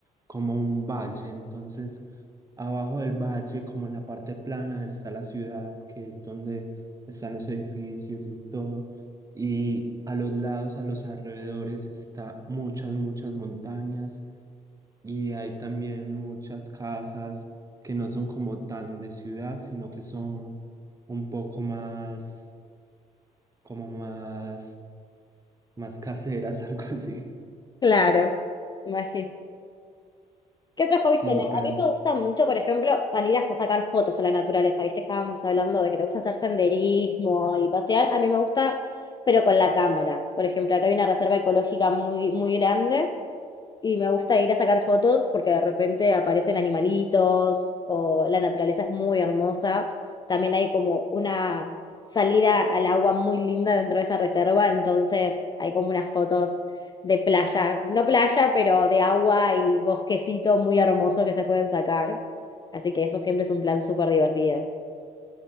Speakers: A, on the right; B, on the left.
A: como un valle, entonces abajo del valle, como en la parte plana, está la ciudad, que es donde están los edificios y todo, y a los lados, a los alrededores, está muchas, muchas montañas y hay también muchas casas que no son como tan de ciudad, sino que son un poco más, como más, más caseras, <laughs> algo así.
B: Claro, <laughs> imagino. ¿Qué otros hobbies
A: Sí,
B: tenés?
A: pero
B: A mí
A: ent-
B: me gusta mucho, por ejemplo, salir a sacar fotos a la naturaleza. Viste que estábamos hablando de que te gusta hacer senderismo y pasear. A mí me gusta, pero con la cámara. Por ejemplo, acá hay una reserva ecológica muy, muy grande y me gusta ir a sacar fotos porque de repente aparecen animalitos o la naturaleza es muy hermosa. También hay como una salida al agua muy linda dentro de esa reserva, entonces hay como unas fotos de playa, no playa, pero de agua y bosquecito muy hermoso que se pueden sacar. Así que eso siempre es un plan súper divertido.